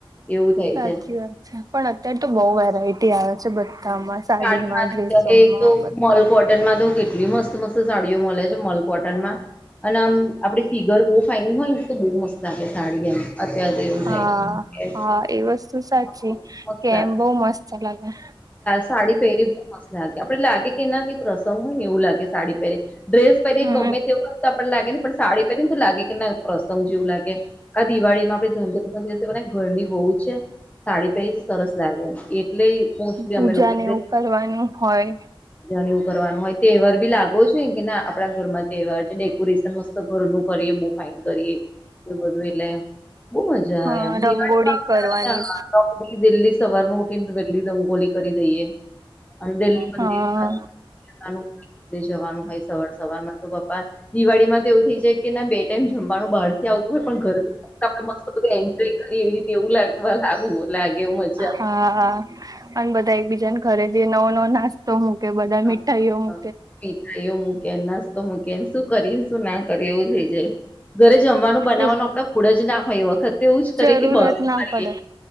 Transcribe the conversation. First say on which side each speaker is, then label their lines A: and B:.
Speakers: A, on the left; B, on the right.
A: એવું થઈ
B: સાચી
A: જાય
B: વાત છે પણ અત્યારે તો બઉ વેરાયટી આવે છે બધામાં. સાડીમાં
A: સાડીમાંધ
B: ડ્રેસોમાં
A: તો
B: બધા
A: મોલ કોટનમાંધ કેટલી મસ્ત મસ્ત સાડીઓ મળલ કોટ, અને આપ ફિગર બ ફન હોયને તો બ મસ્ત લાગે સાડી એમ અત્યારે તો એવું
B: હા
A: થાય છે કે
B: હા એ વસ્તુ સાચી,
A: હા, મસ્ત
B: કેમ
A: લાગે
B: બહ મસ્ત ચલા <unintelligible>
A: સાડી પહેરી બહ મસ્ત લાગે આપડે લાગે કે ના કઈક પ્રસંગ હોય ને એવું લાગે સાડી પહેરી, ડ્રેસ પહેરી
B: હમ
A: ગમે તેવું તો આપણ લાગે નેં પણ સાડી પહેરીને તો લાગે કે ના પ્રસંગ જેવું લાગે. આ દિવાળીમાં આપણે ધનધરસિવ ઘરની બહુ છે, સાડી પહેરી સરસ લાગે એમ એટલે મોસ્ટલી
B: પૂજા
A: અમે લોકો
B: ને એવું કરવાનું હોય
A: ન એવું કરવાનું હોય તહેવાર બી લાગો છો કે ના આપડા ઘરમાં તહેવાર છે. ડેકોરેશન મસ્ત ઘરનું કરીએ બહુ ફાઈન કરીએ એ બધું એટલે બહુ મજા
B: હા
A: આવે આમ દિવાળી
B: રંગોળી કરવાની
A: છી દિલ્હી સવારમાં ઉઠી ને વેલી દંગોલી કરી દઈએ, અને દિલ્હી
B: હા
A: મંદિર લ જવાનું હોય સવાર સવાર માં તો પપ્પા, દિવાળી માં તો એવું થઈ જાય કે ના જમવાનું બહાર થી આવતું હોય પણ ઘર આપણે મસ્ત એન્જોય કરીવી રી એવું લાગવા લાગુ લાગે એ મજા
B: હા, અને બધા એકબીજાને ઘરે જઈ નવો નવો નાસ્તો મૂકે બધા
A: આવે.
B: મીઠાઈઓ મુ
A: મીઠાઈઓ મૂકી નાસ્તો મૂકીને શું કરીએ શું ના કરી એવું થઇ જાય. ઘરે જમવાનું બનાવવાનું
B: એ
A: આપણા ફૂડ જ ના હોય એ વખતે એવું જ કરીએ
B: જરૂરત
A: કે બહાર
B: ના પડે
A: જએ